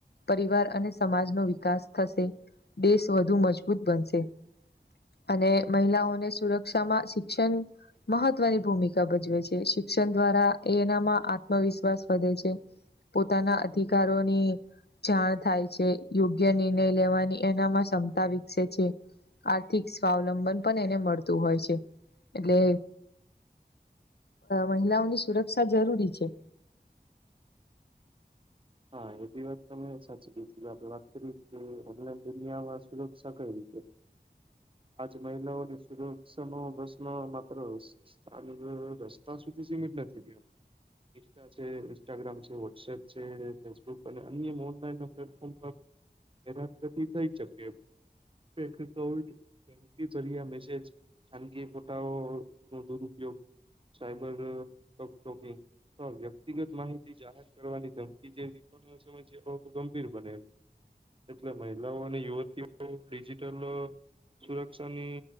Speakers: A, on the left; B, on the right.
A: પરિવાર અને સમાજનો વિકાસ થશે, દેશ વધુ મજબૂત બનશે. અને મહિલાઓને સુરક્ષામાં શિક્ષણ મહત્વની ભૂમિકા ભજવે છે. શિક્ષણ દ્વારા એનામાં આત્મવિશ્વાસ વધે છે. પોતાના અધિકારોની જાણ થાય છે, યોગ્ય નિર્ણય લેવાની એનામાં ક્ષમતા વિકસે છે. આર્થિક સ્વાવલંબન પણ એને મળતું હોય છે. એટલે મહિલાઓની સુરક્ષા જરૂરી છે.
B: હા એબી વાત તમે સાચી કીધી. જો આપડે વાત કરી કે ઓનલાઈન દુનિયામાં સુરક્ષા કઈ રીતે? આજ મહિલાઓની સુરક્ષાનો પ્રશ્ન માત્ર <unintelligible> રસ્તા સુધી સીમિત નથી થયો. ઇસ્ટા છે, ઇન્સ્ટાગ્રામ છે, વોટ્સએપ છે. ફેસબુક અને અન્ય ઓનલાઇન પ્લેટફોર્મ પર હેરાનગતિ થઈ શકે એમ. <unintelligible> <unintelligible> મેસેજ ખાનગી ફોટાઓનો દુરુપયોગ. સાયબરો <unintelligible> અથવા વ્યક્તિગત માહિતી જાહેર કરવાની ધમ કી જેવી પણ સમસ્યાઓ ગંભીર બને એમ. એટલે મહિલાઓ અને યુવતીઓ ડિજિટલ સુરક્ષાની